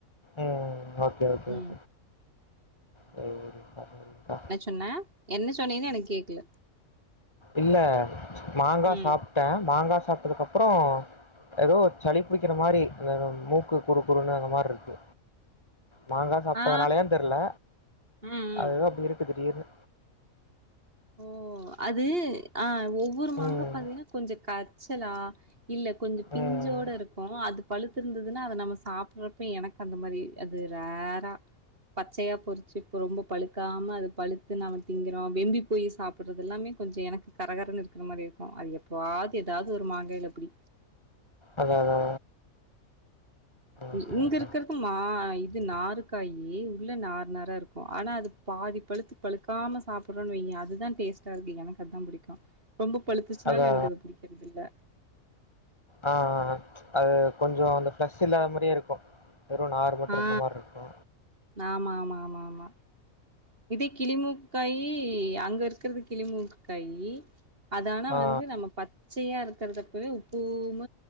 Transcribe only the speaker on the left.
ம் ஓகே ஓகே <unintelligible>
சாப்பட வேண்டியதுதா
இல்ல மாங்கா
சாப்பிட்டே மாங்கா சாப்பிட்டதுக்கு அப்புறோ ஏதோ சளி பிடிக்கிற மாரி அ மூக்கு குறு குறுன்னு அந்த மார் இருக்கு மாங்கா சாப்ட்டதுனாலயான்
தெரியல
அது ஏதோ அப்டி இருக்கு திடீர்னு
ம்
ம்
அதா அதா
ஓகே ஓகே
அதா அதா
ஆ ஆ அ அது கொஞ்ச அந்த ஃப்ரெஷ் இல்லாத மாரியே இருக்கு வெறு நாரு மட்டு
இருக்குற மாரி இருக்கு
ஆ